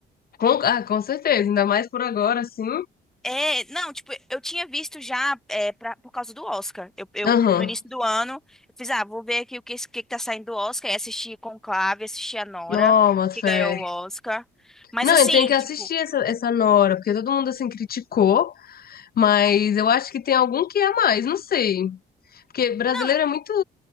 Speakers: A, on the left; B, in the centre.
A: Com, ah, com certeza, ainda mais por agora, assim.
B: É, não, tipo, eu tinha visto já é, pra- por causa do Oscar. Eu, eu,
A: Aham.
B: no início do ano, eu fiz, ah, vou ver aqui o que, esse- o que que tá saindo do Oscar. E assisti Conclave, assisti a Nora,
A: Não, boto
B: que
A: fé.
B: ganhou o Oscar. Mas
A: Não,
B: assim,
A: eu tenho que assistir
B: tipo,
A: essa, essa Nora, porque todo mundo, assim, criticou, mas eu acho que tem algum que é a mais, não sei. Porque brasileiro
B: não,
A: é muito,